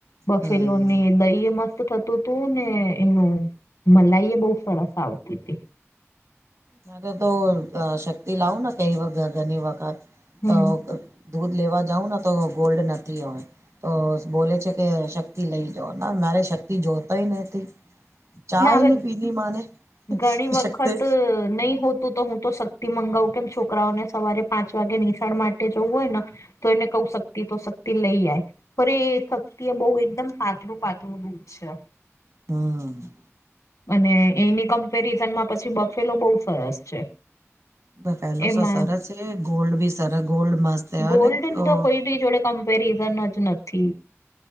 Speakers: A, on the left; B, on the right.
A: બફેલોને
B: હમ
A: દહી ઇ મસ્ત થ તું તુ ને, એનું મલાઈ એ બહુ સરસ આવતી હતી.
B: મારેતો અ શક્તિ લાવુંને, કઈ ઘણી વખત
A: હમ
B: તો દૂધ લેવા જાઉંને તો ગોલ્ડ નથી હવે, તો બોલે છે. કે શક્તિ લઈ જાવ, ના મારે શક્તિ જોતોય નથી. ચા
A: ના હવે
B: ની પીધી માને,
A: ઘણી વખત
B: શકતિ
A: નહી હોતું તો હું તો શક્તિ મંગાવું, કેમ છોકરાઓને સવારે પાંચ વાગે નિશાળ માટે જવું હોયને. તો એને કઉ, શક્તિ તો શક્તિ લઈ આય. પણ એ.... શક્તિ એ બહું એકદમ પાતળું પાતળું દૂધ છે
B: હમ....
A: અને એની કમ્પેરિઝનમાં પછી બફેલો બહુ સરસ છે.
B: બફેલો
A: એમાં
B: સ સરસ છે ગોલ્ડ ભી સરસ ગોલ્ડ મસ્ત હૈ
A: ગોલ્ડન
B: <unintelligible>
A: તો કોઈની જોડે કમ્પેરિઝન જ નથી..